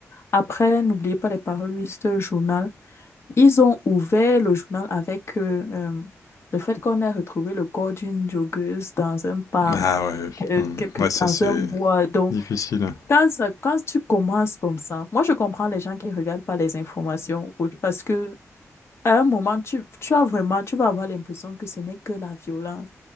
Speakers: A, on the left; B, on the left.
A: Après, n'oubliez pas les paroles, oui, le journal. Ils ont ouvert le journal avec euh, euh, le fait qu'on ait retrouvé le corps d'une joggeuse dans un parc,
B: Ah ouais,
A: euh, quel-
B: hmm.
A: quelque
B: ouais, ça
A: dans
B: c'est
A: un bois. Donc,
B: difficile.
A: quand ça- quand tu commences comme ça, moi, je comprends les gens qui regardent pas les informations ou- parce que à un moment, tu, tu as vraiment, tu vas avoir l'impression que ce n'est que la violence